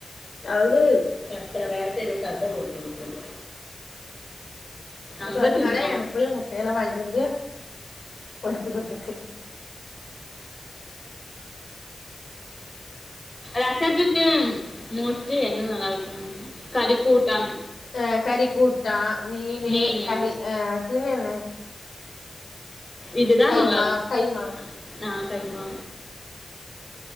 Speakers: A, on the left; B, on the left.
A: அது
B: <unintelligible> வேல செய்ற சத்தம் போட்டு விட்டீங்க அங்க
A: சொன்னாலே
B: தின்னுமா
A: எனக்கு <unintelligible> இலை வாங்கிட்டு வந்து அறுத்து குடுத்துச்சு
B: ரசத்துக்கு மோஸ்ட்லி என்ன நல்லா இருக்கும் கறிக்கூட்டம்
A: ஆ கறிக்கூட்டா மீன்னு
B: மீனு
A: கறி ஆ பின்ன என்ன
B: இதுதா
A: கைமா
B: நல்லா இருக்கு
A: கைமா
B: ஆ கைமா